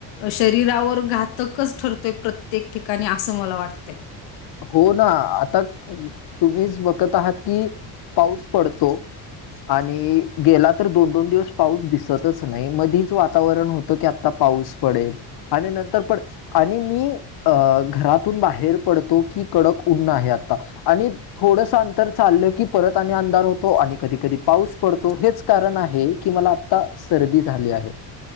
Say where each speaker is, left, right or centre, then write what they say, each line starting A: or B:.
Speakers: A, on the left; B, on the left.
A: शरीरावर घातकच ठरतोय प्रत्येक ठिकाणी असं मला वाटतय.
B: हो ना, आता तुम्हीच बघत आहात की पाऊस पडतो. आणि गेला तर दोन, दोन दिवस पाऊस दिसतच नाही मधीच वातावरण होतं की आता पाऊस पडेल, आणि नंतर प आणि मी अ घरातून बाहेर पड तो की कडक उन आहे आता आणि- थोडस अंतर चाललं की परत आणि अंधार होतो. आणि कधी कधी पाऊस पडतो हेच कारण आहे की मला- आता सर्दी झाली आहे.